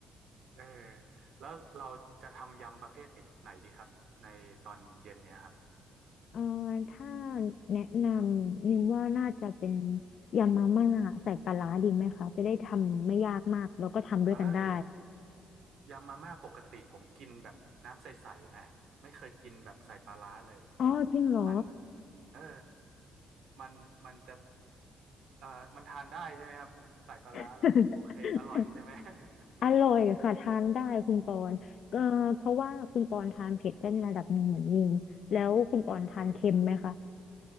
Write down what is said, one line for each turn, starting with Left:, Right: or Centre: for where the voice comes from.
Right: เออแล้วเราจะทำยำประเภทไหนี้ไหนดีครับในตอนเย็นเนี้ยครับ
Left: เอ่อถ้าแนะนำนิมว่าน่าจะเป็นยำมาม่าใส่ปลาร้าดีไหมคะจะได้ทำไม่ยากมากแล้วก็ทำด้วยกันได้
Right: เอ้ยยำมาม่าปกติผมกินแบบน้ำใสๆนะไม่เคยกินแบบใส่ปลาร้าเลย
Left: อ๋อจริงเหรอ
Right: มันเออมันมันจะเอ่อมันทานได้ใช่ไหมครับมันใส่ปลาร้าแล้วโอเคอร่อยใช่ไหม
Left: <laughs>
Right: <laughs>
Left: อร่อยค่ะทานได้คุณปอนเอ่อเพราะว่าคุณปอนทานเผ็ดได้ในระดับหนึ่งเหมือนยิงแล้วคุณปอนทานเค็มไหมคะ
Right: อืม